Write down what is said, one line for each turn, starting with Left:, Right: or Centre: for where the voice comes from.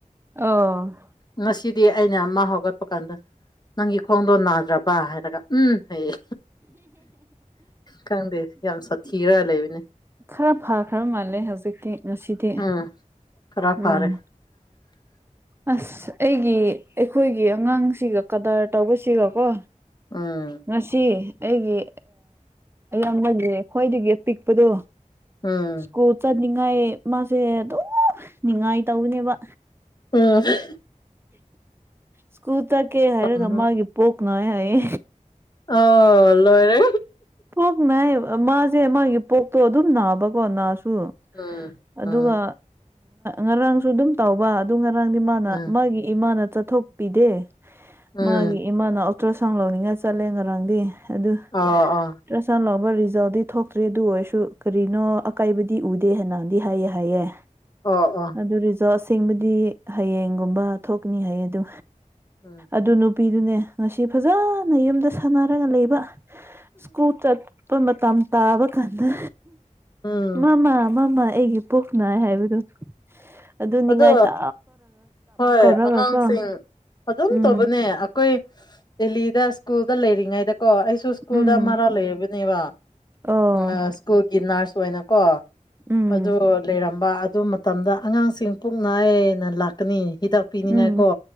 Right: ꯑ
Left: ꯉꯁꯤꯗꯤ ꯑꯩꯅ ꯑꯃ ꯍꯧꯒꯠꯄ ꯀꯥꯟꯗ ꯅꯪꯒꯤ ꯈꯣꯡꯗꯣ ꯅꯥꯗ꯭ꯔꯕ ꯍꯥꯏꯔꯒ ꯎꯝ ꯍꯩꯌꯦ ꯈꯪꯗꯦ ꯌꯥꯝ ꯁꯥꯊꯤꯔ ꯂꯩꯕꯅꯦ
Right: ꯈꯔ ꯐꯈ꯭ꯔ ꯃꯥꯜꯂꯦ ꯍꯧꯖꯤꯛꯇꯤ ꯉꯁꯤꯗꯤ
Left: ꯎꯝ ꯈꯔ
Right: ꯎꯝ
Left: <unintelligible>
Right: ꯑꯁ ꯑꯩꯒꯤ ꯑꯩꯈꯣꯏꯒꯤ ꯑꯉꯥꯡꯁꯤꯒ ꯀꯗꯔ ꯇꯧꯕꯁꯤꯒꯀꯣ
Left: ꯎꯝ
Right: ꯉꯁꯤ ꯑꯩꯒꯤ <unintelligible> ꯈ꯭ꯋꯥꯏꯗꯒꯤ ꯄꯤꯛꯄꯗꯣ
Left: ꯎꯝ
Right: ꯁ꯭ꯀꯨꯜ ꯆꯠꯅꯤꯡꯉꯥꯏ ꯃꯥꯁꯦ ꯑꯗꯨꯝ ꯅꯤꯡꯉꯥꯏ ꯇꯧꯕꯅꯦꯕ
Left: ꯎꯝ
Right: ꯁ꯭ꯀꯨꯜ ꯆꯠꯀꯦ ꯍꯥꯏꯔꯒ
Left: ꯎꯝ
Right: ꯃꯥꯒꯤ ꯄꯣꯛ ꯅꯥꯏ ꯍꯥꯏꯌꯦ
Left: ꯑꯣ ꯂꯣꯏꯔꯦ
Right: ꯄꯣꯛ ꯅꯥꯏꯌꯦ ꯃꯥꯁꯦ ꯃꯥꯒꯤ ꯄꯣꯛꯇꯣ ꯑꯗꯨꯝ ꯅꯥꯕꯀꯣ ꯅꯥꯁꯨ
Left: ꯎꯝ
Right: ꯑꯗꯨꯒ
Left: ꯎꯝ
Right: ꯉꯔꯥꯡꯁꯨ ꯑꯗꯨꯝ ꯇꯧꯕ ꯑꯗꯨ ꯉꯔꯥꯡꯗꯤ ꯃꯥꯅ
Left: ꯎꯝ
Right: ꯃꯥꯒꯤ ꯏꯃꯥꯅ ꯆꯠꯊꯣꯛꯄꯤꯗꯦ
Left: ꯎꯝ
Right: ꯃꯥꯒꯤ ꯏꯃꯥꯅ ꯑꯜꯇ꯭ꯔꯁꯥꯎꯟ ꯂꯧꯅꯤꯡꯉꯥꯏ ꯆꯠꯂꯦ ꯉꯔꯥꯡꯗꯤ ꯑꯗꯨ
Left: ꯑ ꯑꯥ
Right: ꯇ꯭ꯔꯁꯥꯎꯟ ꯂꯧꯕ ꯔꯤꯖꯜꯗꯤ ꯊꯣꯛꯇ꯭ꯔꯤ ꯑꯗꯨ ꯑꯣꯏꯔꯁꯨ ꯀꯔꯤꯅꯣ ꯑꯀꯥꯏꯕꯗꯤ ꯎꯗꯦ ꯍꯥꯏꯅꯗꯤ ꯍꯥꯏꯌꯦ ꯍꯥꯏꯌꯦ
Left: ꯑꯣ ꯑꯣ
Right: ꯑꯗꯨ ꯔꯤꯖꯜ ꯑꯁꯦꯡꯕꯗꯤ ꯍꯌꯦꯡꯒꯨꯝꯕ ꯊꯣꯛꯀꯅꯤ ꯍꯥꯏ ꯑꯗꯨ
Left: ꯎꯝ
Right: ꯑꯗꯨ ꯅꯨꯄꯤꯗꯨꯅꯦ ꯉꯁꯤ ꯐꯖꯅ ꯌꯨꯝꯗ ꯁꯥꯟꯅꯔꯒ ꯂꯩꯕ ꯁ꯭ꯀꯨꯜ ꯆꯠ ꯃꯇꯝ ꯇꯥꯕ ꯀꯥꯟꯗ
Left: ꯎꯝ
Right: ꯃꯃꯥ ꯃꯃꯥ ꯑꯩꯒꯤ ꯄꯨꯛ ꯅꯥꯏ ꯍꯥꯏꯕꯗꯨ ꯑꯗꯨ ꯅꯤꯡꯉꯥꯏꯇ
Left: ꯑꯗꯣ ꯍꯣꯏ
Right: ꯀꯧꯔꯒ
Left: ꯑꯉꯥꯡꯁꯤꯡ
Right: ꯀꯣ
Left: ꯑꯗꯨꯝ
Right: ꯎꯝ
Left: ꯇꯧꯕꯅꯦ ꯑꯩꯈꯣꯏ ꯗꯦꯜꯂꯤꯗ ꯁ꯭ꯀꯨꯜꯗ ꯂꯩꯔꯤꯉꯩꯗꯀꯣ ꯑꯩ <unintelligible> ꯁ꯭ꯀꯨꯜꯗ
Right: ꯎꯝ
Left: ꯃꯔꯥꯜ ꯂꯩꯕꯅꯦꯕ
Right: ꯑꯣ
Left: ꯎ ꯁ꯭ꯀꯨꯜꯒꯤ ꯅꯔꯁ ꯑꯣꯏꯅꯀꯣ
Right: ꯎꯝ
Left: ꯑꯗꯨ ꯂꯩꯔꯝꯕ ꯑꯗꯨ ꯃꯇꯝꯗ ꯑꯉꯥꯡꯁꯤꯡ ꯄꯨꯛꯅꯥꯏ ꯂꯥꯛꯀꯅꯤ ꯍꯤꯗꯥꯛ ꯄꯤꯅꯤꯡꯉꯥꯏꯀꯣ
Right: ꯎꯝ